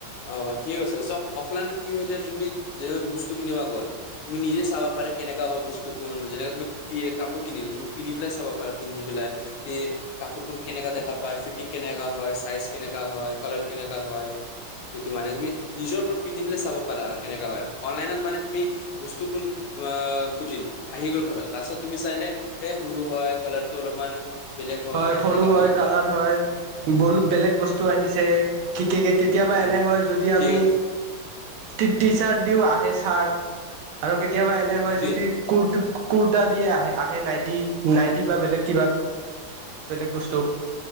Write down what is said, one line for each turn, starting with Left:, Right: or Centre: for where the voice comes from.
Left: অ ঠিক আছে চ অফলাইন কি হয় য তুমি যে বস্তু কিনিবা গ'ল তুমি নিজে চাব পা কেনেকা হয় বস্তু খোন যেনেে তুমি কাপোৰ কিনিল তুমি পিনি পেলাই চাবা পা পিন্ধি পেলাই কি কাপোৰ কোন কেনেকা দেখা পায় ফিটিং কেনেকা হয় চাইজ কেনেকা হয় কালাৰ কেনেকা হয় সটো মানে তুমি নিজৰ ওপৰত পিন্ধি পেললে চাব পাৰা আৰু কেনেকা হয়। অনলাইনত মানে তুমি বস্তু কোন- অ খুজিল আহি গল ঘৰত লাষ্টত তুমি চাইলে এ সৰু হয় কালাৰটো অলপমান বেলেগ
Right: হয় সৰু
Left: এনেকা
Right: হয়
Left: হৈ যায়
Right: কালাৰ
Left: আৰু
Right: হয় বল বেলেগ বস্তু
Left: উম
Right: আহিছে <unintelligible> ক কে কেতিয়াবা
Left: উম
Right: এনে হয় যদি
Left: ঠিক
Right: আমি
Left: আছে
Right: কি টি চাৰ্ট দিও আহে চাৰ্ট। আৰু কেতিয়াবা
Left: উম
Right: এনে হয়
Left: এইটোৱে
Right: যদি
Left: আৰু
Right: কৰ্ট। কুুৰ্তা দিয়ে আহে আহে নাইটি নাইটি বা বেলেগ <unintelligible> কিবা বেলেগ বস্তু।